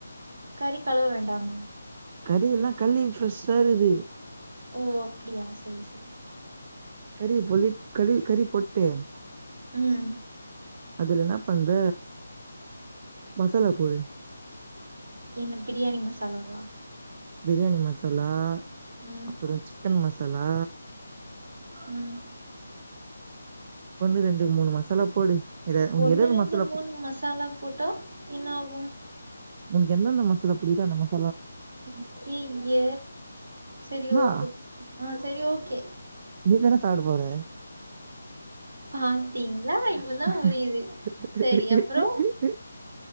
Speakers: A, on the right (about 60°); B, on the right (about 35°).
A: கறி கழுவ வேண்டாமா
B: கரியல கழுவி பிரெஷா இருக்குது
A: ஓ அப்டியா சரி சரி
B: கறி பொ க கறி பொட்டு
A: உம்
B: வேர என்ன பண்ற மசாலா போடு
A: என்ன பிரியாணி மசாலாவா
B: பிரியாணி மசாலா
A: ம்
B: அப்ரோ சிக்கன் மசாலா
A: உம்
B: ஒன்னு ரெண்டு மூணு மன் மசாலா போடு ஏத உனக்கு
A: ஒன்னு
B: ஏதுஏது
A: ரெண்டு
B: மசாலா
A: மூணு
B: போடி
A: மசாலா போட்டா என்ன ஆகு
B: உனக்கு எந்தெந்த மசாலா புடிக்கிதோ அந்த மசா
A: அய்யய்ய சரி
B: என்னா
A: ஓகே ஆ சரி ஓகே
B: நீதான சாப்ட போற
A: பாத்தீங்களா இப்பதா
B: <unintelligible>
A: புரியுது சரி அப்றோ